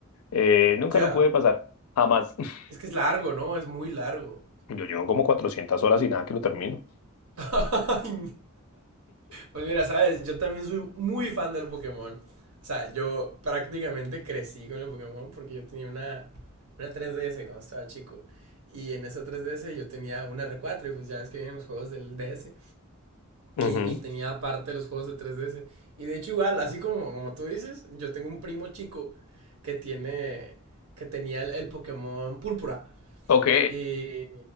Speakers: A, on the left; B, on the right.
A: Eh, nunca
B: Ya.
A: lo pude pasar, jamás. <laughs>
B: Es que es largo, ¿no? Es muy largo.
A: Yo llevo como 400 horas y nada que lo termino.
B: <laughs> Ay, Pues mira, sabes, yo también soy muy fan del Pokémon. O sea, yo prácticamente crecí con el Pokémon porque yo tenía una, una 3DS cuando estaba chico. Y en esa 3DS yo tenía una R4 y pues ya ves que vienen los juegos del DS.
A: Ujú.
B: Y, y, tenía aparte los juegos de 3DS. Y de hecho, igual, así como, como tú dices, yo tengo un primo chico que tiene. que tenía el, el Pokémon Púrpura.
A: Ok.
B: Y,